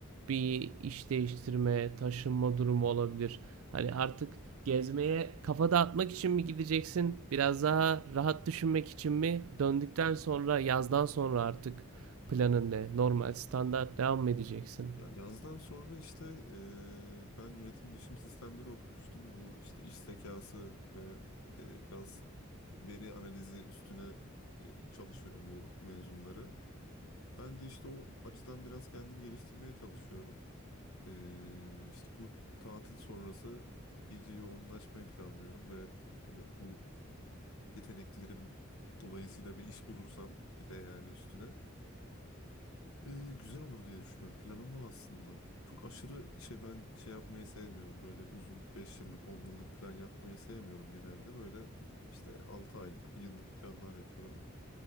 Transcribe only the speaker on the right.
bir iş değiştirme, taşınma durumu olabilir. Hani artık gezmeye kafa dağıtmak için mi gideceksin? Biraz daha rahat düşünmek için mi? Döndükten sonra yazdan sonra artık planın ne? Normal standart devam mı edeceksin?